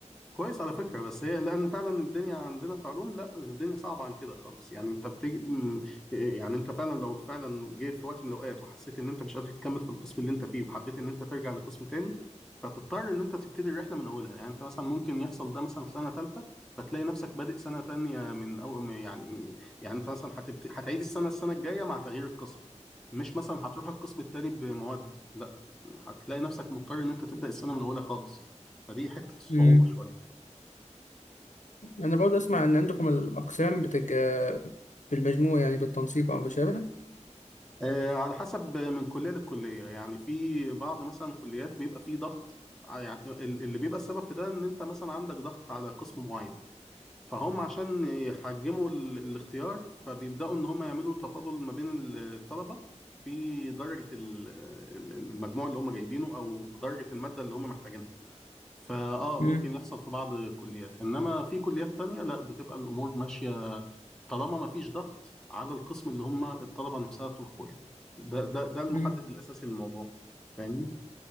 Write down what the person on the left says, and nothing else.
امم
انا برضه اسمع ان عندكم الاقسام بتبقى بالمجموع يعني بالتنسيق او ما شابه
امم
امم